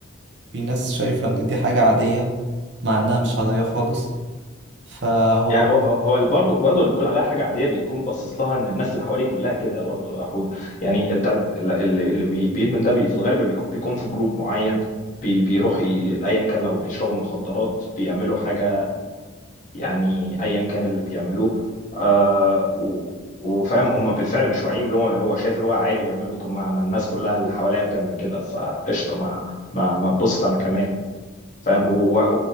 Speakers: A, on the right; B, on the left.
A: في ناس شايفة إن دي حاجة عادية مع إنها مش عادية خالص فهو
B: يعني هو هو برضه برضه اللي بيقول عليها حاجه عاديه بيكون باصص لها ان الناس اللي حواليه كلها كده برضه يا حود يعني انت اللي اللي بي- بيدمن ده بي- في الغالب بيكون بيكون في جروب معين بي- بيروح ي- ايا كان لو بيشربوا مخدرات بيعملوا حاجه يعني ايا كان اللي بيعملوه آه و- وفاهم هم بالفعل مش واعيين باللي هو بيعملوه هو شايف اللي هو عادي بيعمله طب ما ما الناس كلها اللي حواليا بتعمل كده فقشطه ما ما ما تبسط انا كمان فاهم و- و-